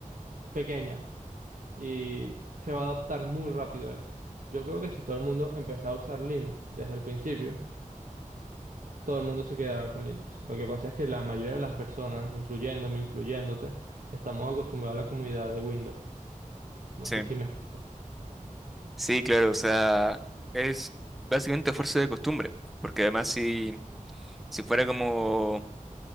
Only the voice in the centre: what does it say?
Sí.
Sí, claro, o sea, es básicamente a fuerza de costumbre, porque además si, si fuera como